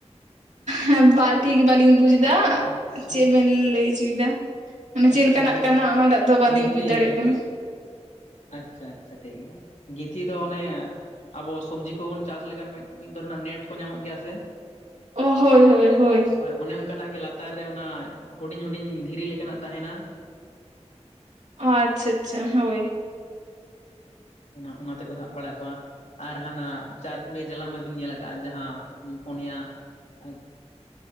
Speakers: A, on the right (about 85°); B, on the left (about 80°).
A: ᱦᱮᱸ ᱵᱟ ᱴᱷᱤᱠ ᱵᱟᱞᱤᱧ ᱵᱩᱡᱽ ᱫᱟ
B: ᱟᱪᱪᱷᱟ
A: ᱪᱮᱫ ᱵᱮᱱ ᱞᱟᱹᱭ ᱪᱚᱭᱮᱫᱟ ᱢᱟᱱᱮ
B: ᱟᱪᱪᱷᱟ
A: ᱪᱮ ᱞᱮᱠᱟᱱᱟᱜ
B: ᱜᱤᱛ
A: ᱠᱟᱱᱟ ᱚᱱᱟᱴᱟᱜ ᱫᱚ ᱵᱟᱹᱞᱤᱧ
B: ᱜᱤᱛᱷᱤ
A: ᱵᱩᱡᱽ ᱫᱟᱲᱮᱭᱟᱜ ᱠᱟᱱᱟ᱾
B: ᱟᱪᱪᱷᱟ ᱟᱪᱪᱷᱟ ᱴᱷᱤᱠ ᱜᱮᱭᱟ ᱜᱤᱛᱷᱤ ᱫᱚ ᱚᱱᱮ ᱟᱵᱚ ᱥᱚᱵᱡᱤ ᱠᱚᱵᱩᱱ ᱪᱟᱥ ᱞᱮᱠᱷᱟᱱ ᱢᱤᱫ ᱫᱷᱚᱨ ᱨᱮᱱᱟᱜ ᱱᱮᱴ ᱠᱚ ᱧᱟᱢᱚᱜ ᱜᱮᱭᱟ ᱥᱮ
A: ᱚ ᱦᱳᱭ ᱦᱳᱭ ᱦᱳᱭ
B: ᱦᱳᱭ ᱚᱱᱮ ᱚᱱᱠᱟᱱᱟᱜ ᱜᱮ ᱞᱟᱛᱟᱨ ᱨᱮ ᱚᱱᱟ ᱦᱩᱰᱤᱧ ᱦᱩᱰᱤᱧ ᱫᱷᱤᱨᱤ ᱞᱮᱠᱟᱱᱟᱜ ᱛᱟᱦᱮᱱᱟ᱾
A: ᱚ ᱟᱪᱪᱷᱟ ᱟᱪᱪᱷᱟ ᱦᱳᱭ
B: ᱚᱱᱟ ᱚᱱᱟ ᱛᱮᱠᱚ ᱥᱟᱵᱽ ᱵᱟᱲᱟ ᱠᱚᱣᱟ ᱟᱨ ᱦᱟᱱᱟ ᱪᱟᱨᱠᱩᱲᱤ ᱡᱟᱞᱟᱢ ᱢᱟᱵᱤᱱ ᱧᱮᱞ ᱟᱠᱟᱫᱴᱜᱼᱟ ᱡᱟᱦᱟᱸ ᱯᱚᱱᱭᱟ ᱟᱪ